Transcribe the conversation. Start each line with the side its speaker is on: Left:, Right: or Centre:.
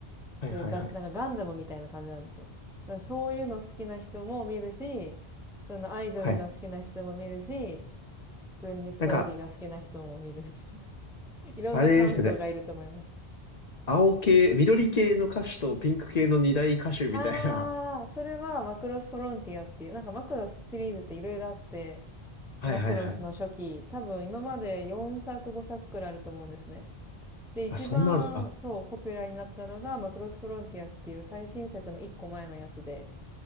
Left: はいはいはい。
Centre: そういうガ、なんかガンダムみたいな感じなんですよ。だからそういうの好きな人も見るし、そのアイドルが好きな人も見るし、
Left: はい。
Centre: 普通にストーリーが好きな人も見るみたいな。
Left: なんか、
Centre: <laughs> いろんなファン層がいると思います。
Left: あれですよね。青系、緑系の歌手とピンク系の二大歌手みたいな。
Centre: ああ、それはマクロスフロンティアっていう、なんかマクロスシリーズっていろいろあって、
Left: <laughs> はいはいはい。
Centre: マクロスの初期、多分今まで4作5作くくらいあると思うんですね。で、一番そう、
Left: あ、そんなのあるんです、あ、
Centre: ポピュラーになったのがマクロスフロンティアっていう最新作の1個前のやつで、